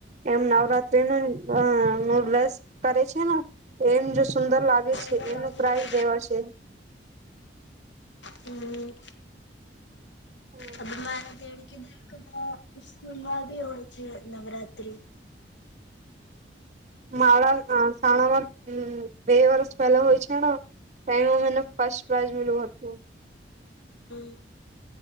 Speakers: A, on the right; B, on the left.
A: એમ નવરાત્રી નસ કરે છે ને એમ જો સુંદર લાગે
B: સુંદર
A: છે એમનું
B: લાગે
A: પ્રઇઝ
B: છે
A: દેવા છે.
B: હમ
A: હમ્મ.
B: અ મા દેડ કે દે સ્કૂલ માં બી હોય. છે નવરાત્રિ
A: મારા શાણામાં બે વર્ષ પહેલા હોય છે માં મને ફસ્ટ પ્રાાઈઝ મલું હતું.
B: હમ